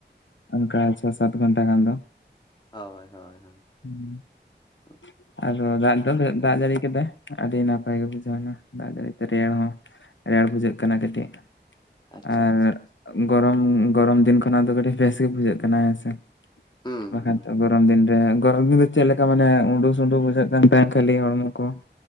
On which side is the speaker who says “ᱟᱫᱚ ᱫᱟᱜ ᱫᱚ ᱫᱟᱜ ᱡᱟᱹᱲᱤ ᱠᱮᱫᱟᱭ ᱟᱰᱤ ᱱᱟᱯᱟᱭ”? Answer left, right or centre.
Left